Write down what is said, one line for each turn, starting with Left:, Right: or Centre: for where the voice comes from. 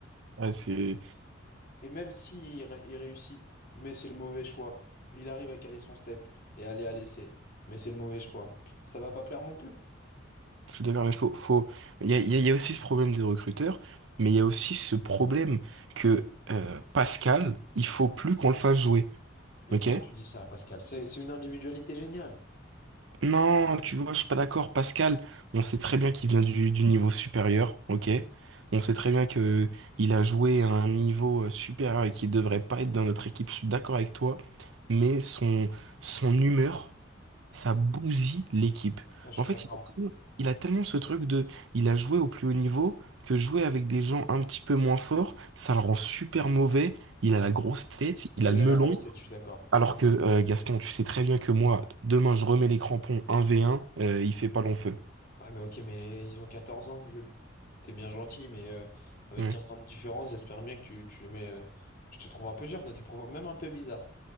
Right: Ouais, c'est,
Left: Et même si il, ré- il réussit, mais c'est le mauvais choix. Il arrive à caler son step et aller à l'essai, mais c'est le mauvais choix. Ça va pas plaire non plus.
Right: je suis d'accord, mais faut, faut, il y a, il y a- il y a aussi ce problème des recruteurs, mais il y a aussi ce problème que, euh, Pascal, il faut plus qu'on le fasse jouer.
Left: Mais
Right: Ok?
Left: pourquoi tu dis ça, Pascal? C'est, c'est une individualité géniale.
Right: Non, tu vois, je suis pas d'accord, Pascal. On sait très bien qu'il vient du, du niveau supérieur, ok? On sait très bien que il a joué à un niveau euh, supérieur et qu'il devrait pas être dans notre équipe. Je suis d'accord avec toi, mais son, son humeur, ça bousille l'équipe.
Left: Ah, je
Right: En
Left: suis
Right: fait,
Left: d'accord,
Right: il a,
Left: en
Right: tellement
Left: fait.
Right: il a tellement ce truc de, il a joué au plus haut niveau que jouer avec des gens un petit peu moins forts, ça le rend super mauvais. Il a la grosse tête, il
Left: Ouais,
Right: a le
Left: il
Right: melon.
Left: a la grosse tête, je suis d'accord.
Right: Alors que euh, Gaston, tu sais très bien que moi, demain je remets les crampons un v un. euh, il fait pas long feu.
Left: Ouais, mais ok, mais ils ont 14 ans, Jules. T'es bien gentil, mais euh, avec
Right: Ouais.
Left: 15 ans de différence, j'espère bien que tu, tu mets. euh, je te trouve un peu dur dans tes propos, même un peu bizarre.